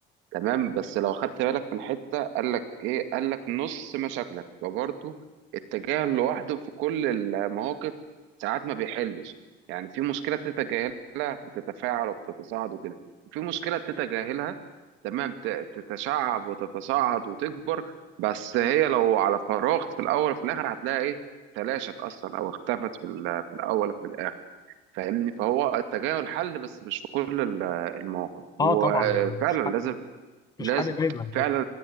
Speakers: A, on the right (about 85°); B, on the left (about 20°).
A: تمام بس لو خدت بالك من حتة قال لك ايه قال لك نص مشاكلك فبرضه التجاهل لوحده في كل المواقف ساعات ما بيحلش يعني في مشكلة تتجاهلها بتتفاعل وبتتصاعد وكده وفي مشكلة تتجاهلها تمام ت- تتشعب وتتصاعد وتكبر بس هي لو على فراغ في الاول وفي الاخر هتلاقي ايه تلاشت اصلا او اختفت في ال- في الاول وفي الاخر فاهمني فهو التجاهل حل بس مش في كل ال- المواقف وفعلا
B: اه طبعا يعني مش حل
A: لازم
B: مش
A: لازم
B: حل دايما
A: فعلا